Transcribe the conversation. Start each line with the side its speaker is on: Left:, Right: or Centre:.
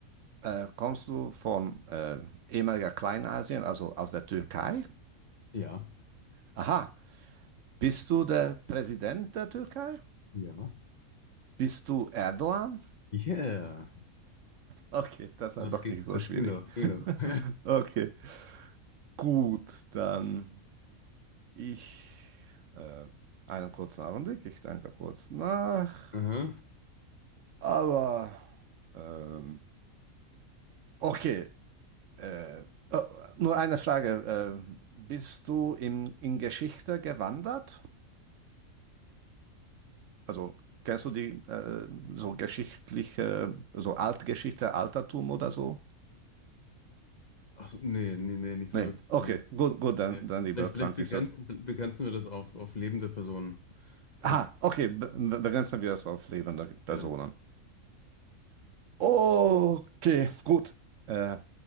Right: äh, kommst du von ähm, ehemaliger Kleinasien, also aus der Türkei?
Left: ja,
Right: Aha, bist du der Präsident der Türkei?
Left: ja.
Right: Bist du Erdogan?
Left: Yeah,
Right: Okay, das
Left: das
Right: war doch
Left: ging,
Right: nicht so
Left: das
Right: schwierig.
Left: ging doch, ging
Right: <laughs>
Left: doch. <laughs>
Right: Okay. Gut, dann ich äh, einen kurzen Augenblick, ich denke kurz nach.
Left: Aha.
Right: Aber ähm, okay, äh, oh, nur eine Frage. Äh, bist du in, in Geschichte gewandert? Also kennst du die äh, so geschichtliche, so Altgeschichte, Altertum oder so?
Left: Ach, so, nee, nee, nee, nicht so
Right: Nee,
Left: wirklich.
Right: okay,
Left: Nee.
Right: gut, gut, dann,
Left: nee.
Right: dann lieber
Left: Vielleicht, vielleicht
Right: 20.
Left: begrenzen, begrenzen wir das auf, auf lebende Personen. Dann
Right: Ah,
Left: ist,
Right: okay, be be- begrenzen wir es auf lebende Personen.
Left: ja.
Right: Okay, gut. Äh,